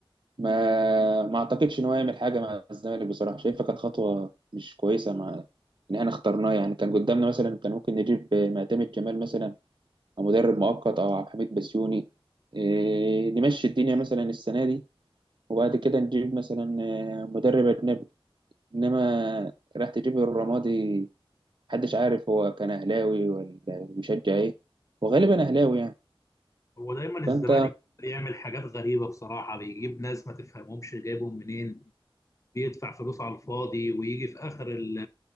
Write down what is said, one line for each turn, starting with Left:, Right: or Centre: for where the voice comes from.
Right: ما ما أعتقدش إن هو يعمل حاجة مع الزمالك بصراحة شايفها كانت خطوة مش كويسة مع إن إحنا اخترناه يعني كان قدامنا مثلا كان ممكن نجيب معتمد جمال مثلا مدرب مؤقت او عبد الحميد بسيوني إيه، نمشي الدنيا مثلا السنه دي وبعد كده نجيب مثلا آه، مدرب اجنبي انما راح تجيب الرمادي محدش عارف هو كان اهلاوي ولا بيشجع ايه وغالبا اهلاوي يعني
Left: هو دايما الزمالك
Right: فانت
Left: بيعمل حاجات غريبه بصراحه بيجيب ناس ما تفهمهمش جايبهم منين بيدفع فلوس على الفاضي ويجي في اخر ال-